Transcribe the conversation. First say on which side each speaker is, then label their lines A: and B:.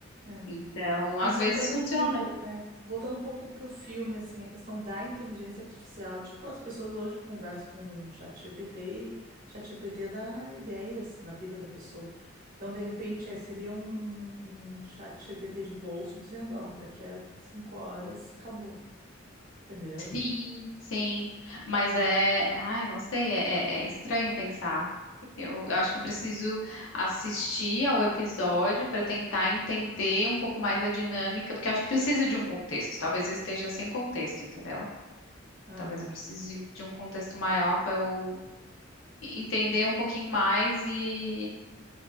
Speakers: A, on the right; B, on the left.
A: é.
B: Então,
A: E
B: às
A: voltando
B: vezes funciona.
A: aqui um pouco, é, voltando um pouco pro filme, assim, a questão da inteligência artificial, tipo, as pessoas hoje conversam com o ChatGPT e ChatGPT dá ideias na vida da pessoa. Então, de repente, eh, seria um, um ChatGPT de bolso dizendo, ó, daqui a cinco horas acabou, entendeu?
B: Sim, sim. Mas é. Ai, não sei, é, é- é estranho pensar. Eu, eu acho que eu preciso assistir ao episódio para tentar entender um pouco mais a dinâmica, porque eu acho que precisa de um contexto. Talvez eu esteja sem contexto, entendeu?
A: Aham.
B: Talvez eu precise de um contexto maior para eu entender um pouquinho mais e.